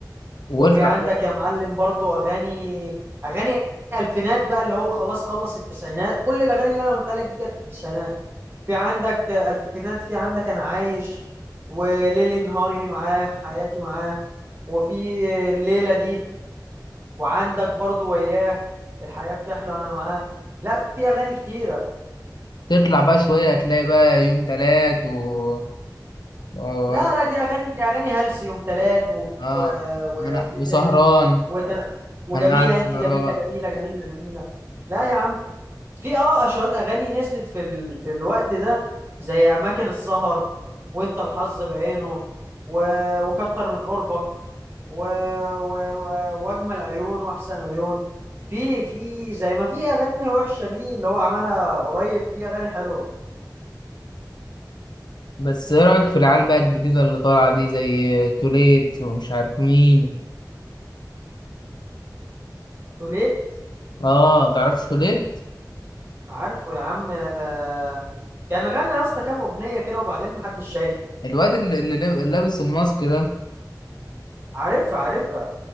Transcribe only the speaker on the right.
وفي عندك يا معلم برضو اغاني اغاني الفينات بقى اللي هو خلاص خلص التسعينات كل الاغاني اللي انا قلت لك دي كانت في التسعينات في عندك الفينات في عندك انا عايش وليلي نهاري معاه حياتي معاه وفي الليله دي وعندك برضو وياه الحياه بتحلى انا معاه لا في اغاني كتيره
لا لا دي اغاني دي اغاني هلس يوم تلات و-
و-
وايه
تاني وت... وجميله
انت جميله جميله جميله جميله لا يا عم في اه اشواط اغاني نزلت في ال... في الوقت ده زي اماكن السهر وانت الحظ بعينه و... وكتر من قربك و... و... و... واجمل عيون واحسن عيون في في زي ما في اغاني وحشه ليه اللي هو عملها قريب في اغاني حلوه
توليت
عارفه يا عم آه، كان غنى يا اسطى كام اغنيه كده وبعدين محدش شايفه
عارفها عارفها